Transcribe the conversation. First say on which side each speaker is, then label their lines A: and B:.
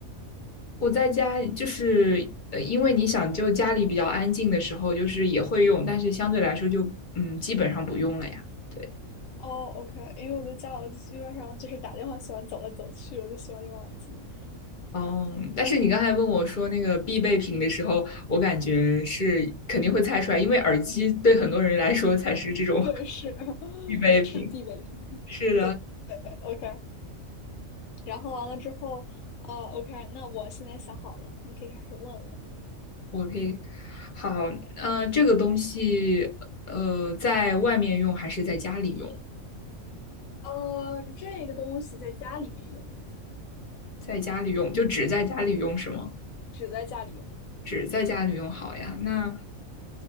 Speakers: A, on the left (about 45°); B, on the left (about 85°).
A: <laughs> 我在家就是呃，因为你想，就家里比较安静的时候，就是也会用，但是相对来说就嗯，基本上不用了呀。对，
B: 哦，OK，因为我在家，我基本上就是打电话喜欢走来走去，我就喜欢用耳机。
A: 哦，但是你刚才问我说那个必备品的时候，我感觉是肯定会猜出来，因为耳机对很多人来说才是这种
B: 对，
A: <laughs>
B: 是 <laughs>
A: 必备品。
B: 是必备品。
A: 是
B: 对对，OK。然后完了之后，哦，OK，那我现在想好了，你可以开始问了。
A: OK，好，呃，这个东西，呃，在外面用还是在家里用？
B: 呃，这个东西在家里面用，
A: 在家里用，就只在家里用是吗？
B: 只在家里用。
A: 只在家里用好呀。那